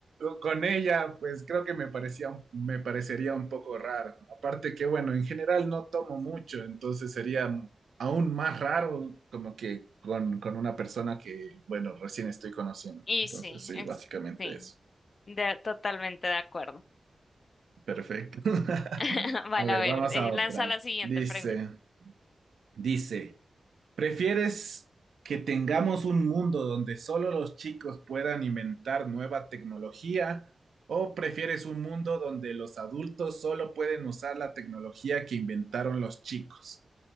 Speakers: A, on the right; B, on the left.
A: con ella, pues creo que me parecía, me parecería un poco raro. Aparte que, bueno, en general no tomo mucho, entonces sería aún más raro como que con, con una persona que, bueno, recién estoy conociendo.
B: Y
A: Entonces,
B: sí,
A: sí,
B: es-
A: básicamente
B: sí,
A: eso.
B: de- totalmente de acuerdo.
A: Perfecto.
B: <laughs> Vale,
A: A ver,
B: a ver,
A: vamos
B: eh,
A: a
B: lanza
A: otra.
B: la siguiente
A: Dice,
B: pregunta.
A: Dice, ¿prefieres que tengamos un mundo donde solo los chicos puedan inventar nueva tecnología o prefieres un mundo donde los adultos solo pueden usar la tecnología que inventaron los chicos?